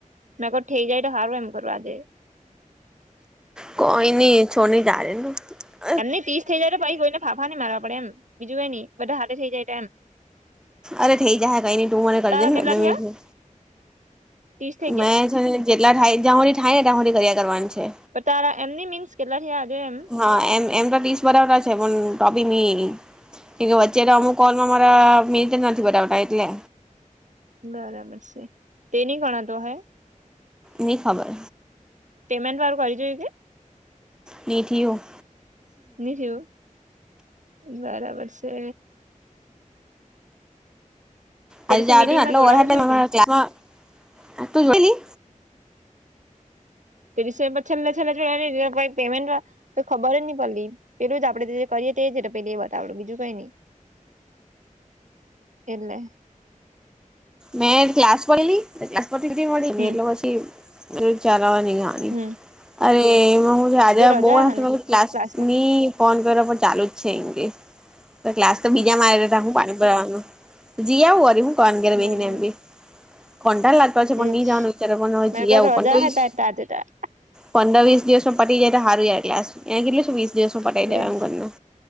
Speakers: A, on the right; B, in the centre.
A: મેં કો ઠઈ જાય તો હારુ એમ કરુ આજે.
B: કોઈ ની છો ની જાન દે ની તું.
A: એમ નઈ તીસ થઈ જાય, તો પઈ કોઈને ફાફા ની મારવા પડે એમ. બીજું કઈ ની બધા હાથે થઈ જાય ટ એમ.
B: અરે, થઈ જાહે કઈ ની તું મને કરી
A: તારા
B: દે
A: કેટલા
B: મે
A: થયા
B: બ
A: ત્રીસ થઈ ગયા
B: મેં છ ને જેટલા થાય જાં હોડી થાય ને તં હોડી કર્યા કરવાની છે.
A: તારા એમની મીન્સ, કેટલા થયા આજે એમ?
B: હા એમ એમ તો તીસ બટાવટા છે, પણ ટોબી ની કે વચ્ચે તો અમુ કોલમાં મારા મિટ જ નથી બતાવતા એટલે.
A: બરાબર સે, તે ની ગણાતુ અહે.
B: ની ખબર.
A: પેમેન્ટ વારુ કરી જોયુ કે?
B: ની ઠીયું.
A: ની ઠયુ, બરાબર સે. તે
B: આજે
A: દિવસે
B: જાદે
A: મીટિંગમાં
B: ની આટલો
A: જોડાવું
B: વરહાત
A: જોઈએ
B: <unintelligible> અમારા
A: કે
B: ક્લાસમા આંતું. તીલી.
A: ત્રીસે પછ છેલ્લે છેલ્લે જોયા ની જોયા પહી પેમમેન્ટ વા તો ખબર જ નઈ પલ્લી પેલું જ આપડે જે જે કરીએ તેજ પેલુ એ બતાવડું બીજુ કઈ ની. એટલે
B: મેં ક્લાસ ભયલી ક્લાસતી મળી
A: હમ
B: એટલે પછી ચાલ અવે ની જા વાની.
A: હમ
B: અરે, એમાં હું આજે
A: રજા
B: બો હાથે
A: હે ને
B: ક્લાસ
A: ક્લાસમાં
B: ની ફોન કર્યો પણ ચાલુ જ છે એમ કે, ક્લાસ તો બીજા મારે તા હું પાણી બયાનુ જીયા આવુ વરી, હું કરાનુ ગેરે
A: બરાબર
B: બેહીને એમ્બી કંટાલ લા પછી પણ
A: એજ
B: ની જાવાનું વિચારે પન
A: મે
B: જીઆવું
A: ક રજા
B: પન તોઈશ.
A: હે તાર આજે તો તાર
B: પંદ વીસ દિવસમાં પટી જાય તો હારુ યાર ક્લાસ, એને કીધલું સે વીસ દિવસમા પટાવી દેવા
A: એજ
B: એમ કરને.